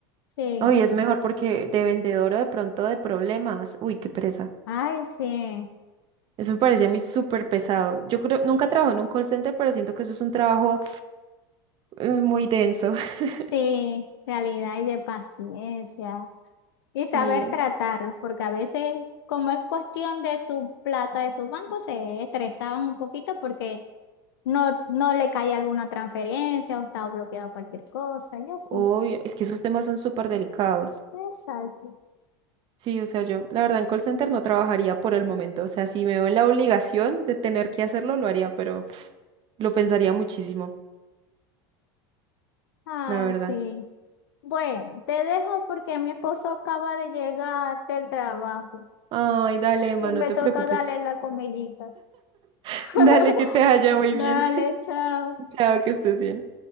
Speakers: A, on the left (about 80°); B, on the right (about 45°).
A: Sí,
B: Uy, es mejor porque de vendedor o de pronto de problemas. Uy, qué presa.
A: ay, sí,
B: Eso me parece a mí súper pesado. Yo creo, nunca trabajo en un call center, pero siento que eso es un trabajo eh, muy denso. <laughs>
A: sí, realidad y de paciencia. Y saber
B: Y,
A: tratarlos, porque a veces, como es cuestión de su plata, de su banco, se estresaban un poquito porque No, no le cae alguna transferencia o está bloqueado cualquier cosa, y así.
B: obvio, es que esos temas son súper delicados.
A: Exacto.
B: Sí, o sea, yo, la verdad, en call center no trabajaría por el momento. O sea, si me veo en la obligación de tener que hacerlo, lo haría, pero <sniffs> lo pensaría muchísimo,
A: Ah,
B: la verdad.
A: sí. Bueno, te dejo porque mi esposo acaba de llegar del trabajo
B: Ay, dale, Emma,
A: y
B: no
A: me
B: te
A: toca
B: preocupes.
A: darle la comidita.
B: <laughs>
A: <laughs>
B: Dale, que te vaya muy
A: Dale,
B: bien. <laughs>
A: chao.
B: Chao, que estés bien.